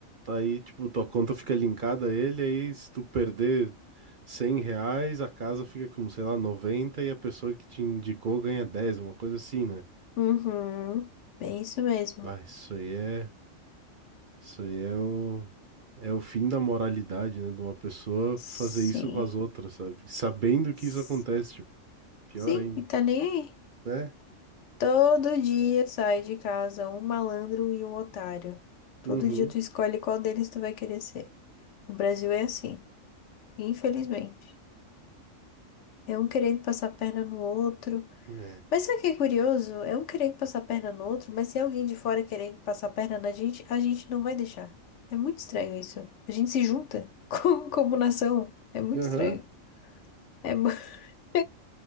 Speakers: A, on the right; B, on the left.
A: aí, tipo, tua conta fica linkada a ele, aí se tu perder 100 reais, a casa fica com, sei lá, 90 e a pessoa que te indicou ganha 10, uma coisa assim, né?
B: Uhum. Bem isso mesmo.
A: Ah, isso aí é, isso aí é o, é o fim da moralidade, né? De uma pessoa fazer
B: Sim.
A: isso com as outras, sabe? Sabendo que
B: S-
A: isso acontece, tipo, pior
B: Sim,
A: ainda,
B: e tá nem aí.
A: né?
B: Todo dia sai de casa um malandro e um otário. Todo
A: Uhum.
B: dia tu escolhe qual deles tu vai querer ser. O Brasil é assim, infelizmente. É um querendo passar a perna no outro.
A: né?
B: Mas sabe o que é curioso? É um querendo passar a perna no outro, mas se é alguém de fora querendo passar a perna na gente, a gente não vai deixar. É muito estranho isso. A gente se junta <laughs> como, como nação. É muito estranho.
A: Aham,
B: É, mu- <laughs>